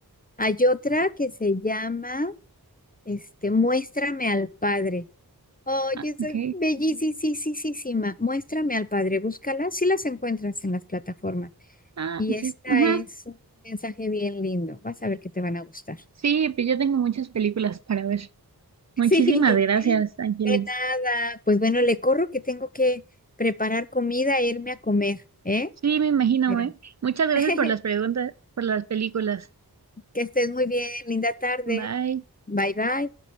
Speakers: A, on the left; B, on the right.
A: Hay otra que se llama, este, Muéstrame al Padre. Oye,
B: Ah,
A: es
B: ok.
A: bellísima. Muéstrame al Padre, búscala. Si las encuentras en las plataformas.
B: Ah,
A: Y
B: ok.
A: esta
B: Ajá.
A: es un mensaje bien lindo. Vas a ver que te van a gustar. <laughs>
B: Sí, pues yo tengo muchas películas para ver. Muchísimas
A: Sí,
B: gracias, Ángeles.
A: de nada. Pues bueno, le corro que tengo que preparar comida e irme a comer, ¿eh?
B: Sí, me imagino,
A: Pero
B: ¿eh? Muchas gracias
A: <laughs>
B: por las preguntas, por las películas.
A: que estés muy bien. Linda tarde.
B: Bye.
A: Bye, bye.